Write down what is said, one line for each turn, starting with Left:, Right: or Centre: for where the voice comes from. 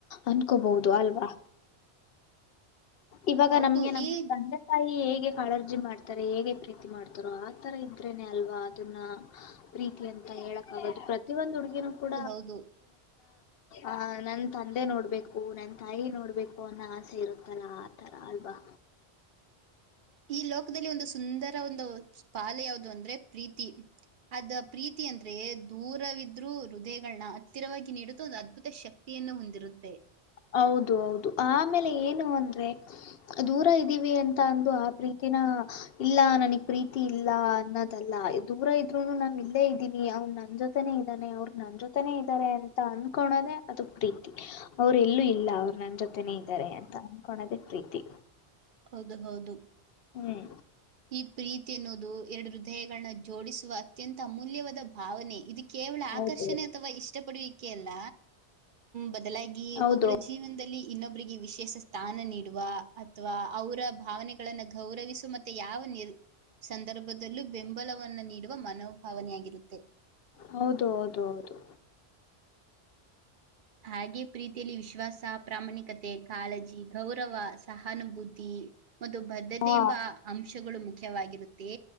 Left: ಅನ್ಕೋಬಹುದು ಅಲ್ವಾ ಇವಾಗ
Right: ಹೌದು
Left: ನಮ್ಗೆ ನಮ್ಮ
Right: ಈ
Left: ತಂದೆ ತಾಯಿ ಹೇಗೆ ಹೇಗೆ ಕಳರ್ಜಿ ಮಾಡ್ತಾರೆ ಹೇಗೆ ಪ್ರೀತಿ ಮಾಡ್ತಾರೋ ಆತರ ಇದ್ರೇನೆ ಅಲ್ವಾ ಅದನ್ನ ಪ್ರೀತಿ ಅಂತ ಹೇಳಕ್ ಆಾಗೋದು ಪ್ರತಿ ಒಂದು ಹುಡುಗನ ಕೂ
Right: ಹದು
Left: ಆ ನನ್ ತಂದೆ ನೋಡ್ಬೇಕು ನನ್ ತಾಯಿ ನೋಡ್ಬೇಕು ಅನ್ನೋ ಆಸೆ ಇರುತ್ತಲ್ಲಾ ಆತರ ಅಲ್ವಾ
Right: ಈ ಲೋಕದಲ್ಲಿ ಒಂದು ಸುಂದರ ಒಂದು ಪಾಲ ಯಾವುದು ಅಂದ್ರೆ ಪ್ರೀತಿ ಅದ ಪ್ರೀತಿ ಅಂದ್ರೆ ದೂರವಿದ್ರರು ಹೃದಯಗಳನ್ನ ಹತ್ತಿರವಾಗಿ ನೀಡುತ್ತ ಒಂದು ಅದ್ಭುತ ಶಕ್ತಿಯನ್ನು ಹೊಂದಿರುತ್ತೆ
Left: ಹೌದು ಹೌದು ಆಮೇಲೆ ಏನು ಅಂದ್ರೆ ದೂರ ಇದ್ದೀವಿ ಅಂತ ಂದು ಆ ಪ್ರೀತಿನ ಇಲ್ಲ ನನಗ್ ಪ್ರೀತಿ ಇಲ್ಲ ಅನ್ನೋದಲ್ಲ ದೂರ ಇದ್ರುನು ನಾ ಇಲ್ಲೇ ಇದ್ದೀನಿ ಅವನ್ ನನ್ ಜೊತೆನೇ ಇದ್ದಾನೆ ಅವ್ರ ನನ್ ಜೊತೆನೆೇ ಇದ್ದಾರೆ ಅಂತ ಅನ್ಕೊಳೋದೆೇ ಅದ ಪ್ರೀತಿ ಅವರು ಎಲ್ಲೂ ಇಲ್ಲ ಅವ್ರ ನನ್ನ ಜ ನೀತೇಂತ ಕೊಣದ ಪ್ರೀತಿ
Right: ಹೌದು ಹೌದು
Left: ಹ್ಮ್
Right: ಈ ಪ್ರೀತಿ ಎನ್ನುೋದು ಎರಡು ಹೃದಯಗಳನ್ನ ಜೋಡಿಸುವ ಅತ್ಯಂತ ಅಮೂಲ್ಯವಾದ ಭಾವನೆ ಇದಕ್ಕೆ ಕೇವಲ
Left: ಹೌದು
Right: ಆಕರ್ಷಣೆ ಅಥವಾ ಇಷ್ಟ ಪಡುವ ಲ್ಲ ಬದಲಾಗಿ
Left: ಹೌದು
Right: ಒಬ್ಬರ ಜೀವನದಲ್ಲಿ ಇನ್ನೊಬ್ಬರಿಗೆ ವಿಶೇಷ ಸ್ಥಾನ ನೀಡುವ ಅಥವಾ ಅವರ ಭಾವನೆಗಳನ್ನ ಗೌರವಿಸುವ ಮತ್ತು ಮ ಯಾವ ನಿರ್ ಸಂದರ್ಭದಲ್ಲೂ ಬೆಂಬಲವನ್ನ ನೀಡುವ ಮನೋಭಾವನೆಯಾಗಿರುತ್ತೆ
Left: ಹೌದು ಹೌದು ಹೌದು
Right: ಹಾಗೆ ಪ್ರೀತಿಯಲ್ಲಿ ವಿಶ್ವಾಸ ಪ್ರಾಮಾಣಿಕತೆ ಕಾಲಜ ಗೌರವ ಸಹಾನುಭೂತಿ ಮತ್ತು ಬದ್ಧತೆ
Left: ಹಾ
Right: ಎಂಬ ಅಂಶಗಳು ಮುಖ್ಯವಾಗಿರುತ್ತೆ